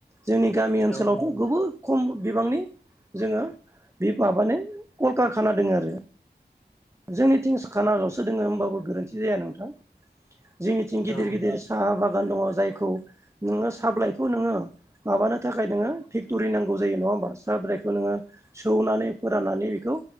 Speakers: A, on the right; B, in the centre.
A: जोंनि गामि ओनसोलावथ'
B: औ नोंथां
A: गोबोद खम बिबांनि जोङो बे माबानि कलकारखाना दोङ आरो जोंनिथिं खानाल'सो दोङो होनोमबाबो गोरोन्थि जाया नोंथां जोंनिथिं गिदिर
B: औ नोंथां
A: गिदिर साहा बागान दङ जायखौ नोङो साहाब्लाइखौ नोङो माबा माबानो थाखाय नोङो फेक्ट'रि नांगौ जायो नङा होमबा साहाब्रायखौ नोङो सौनानै फोराननानै बेखौ